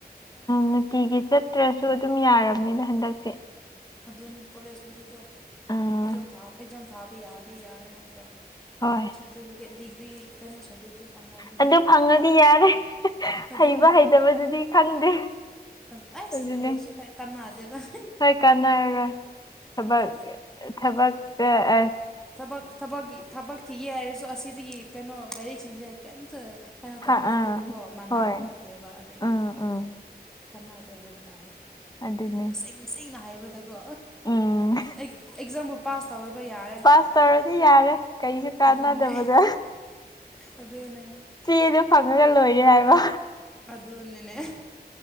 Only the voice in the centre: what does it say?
ꯑꯗꯨꯅꯤ ꯀꯣꯂꯦꯖꯄꯨꯗꯤꯀꯣ ꯑꯦꯛꯖꯥꯝ
ꯑꯦꯛꯖꯥꯝ ꯊꯥꯕ ꯌꯥꯔꯗꯤ ꯌꯥꯔꯦ ꯅꯠꯇ꯭ꯔꯣ
ꯁꯔꯇꯐꯤꯀꯦꯠ ꯗꯤꯒ꯭ꯔꯤ ꯀꯩꯅꯣ ꯁꯔꯇꯤꯐꯤꯀꯦꯠ ꯐꯪꯉꯛ ꯑꯗꯨ
ꯑꯗꯨꯅꯦ
ꯑꯗꯨ ꯑꯩꯁ
ꯍꯩꯔꯁꯨ ꯀꯩ ꯀꯥꯟꯅꯗꯦꯗ
ꯑꯥ
ꯊꯕꯛ ꯊꯕꯛ ꯊꯕꯛ ꯊꯤꯒꯦ ꯍꯥꯏꯔꯁꯨ ꯑꯁꯤꯗꯒꯤ ꯀꯩꯅꯣ ꯂꯥꯏꯔꯤꯛꯁꯤꯡꯁꯦ ꯀꯩꯝꯇ ꯀꯩꯅꯣ ꯇꯧꯕ
ꯅꯠꯇꯦꯕꯀꯣ
ꯃꯥꯟꯅꯕ
ꯅꯠꯇꯦꯕ ꯑꯗꯒꯤ
ꯀꯅꯥꯗꯦ ꯍꯥꯏꯕꯇꯥꯔꯦ
ꯏꯁꯦꯡ ꯁꯦꯡꯅ ꯍꯥꯏꯕꯗꯀꯣ
ꯑꯦꯛꯖꯥꯝꯕꯨ ꯄꯥꯁ ꯇꯧꯔꯕ ꯌꯥꯔꯦ
ꯑꯗꯨꯅꯦ ꯑꯗꯨꯅꯦ
ꯑꯗꯨꯅꯤꯅꯦ